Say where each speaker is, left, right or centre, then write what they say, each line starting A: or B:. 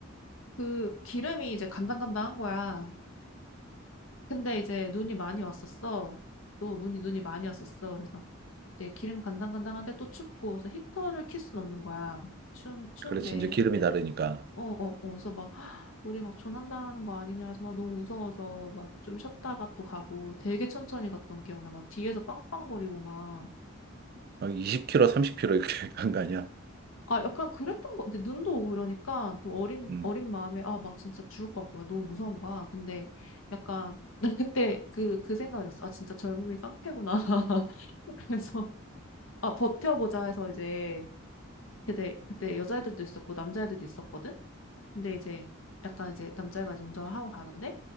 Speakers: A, on the left; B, on the right.
A: 그 기름이 이제 간당간당한 거야. 근데 이제 눈이 많이 왔었어. 또 눈이 눈이 많이 왔었어. 그래서 이제 기름 간당간당한데 또 춥고 그래서 히터를 킬 순 없는 거야. 추운 추운데
B: 그렇지. 이제 기름이 다르니까.
A: 어어어 그래서 막 <gasps> 우리 막 조난당하는 거 아니냐 해서 막 너무 무서워서 막 좀 쉬었다가 또 가고 되게 천천히 갔던 기억나. 막 뒤에서 빵빵거리고 막
B: 막 2 0 k 로3 0 k 로 이렇게 <laughs> 간 거 아니야?
A: 아, 약간 그랬던 거 같아. 눈도 오고 그러니까 또 어린,
B: 음.
A: 어린 마음에 아, 막 진짜 죽을 것 같고 막 너무 무서운 거야. 근데 약간 <laughs> 난 그때 그, 그 생각이 났어. 아, 진짜 젊음이 깡패구나. <laughs> 그래서 아, 버텨보자 해서 이제 그때, 그때 여자애들도 있었고 남자애들도 있었거든? 근데 이제 약간 이제 남자애가 이제 운전을 하고 가는데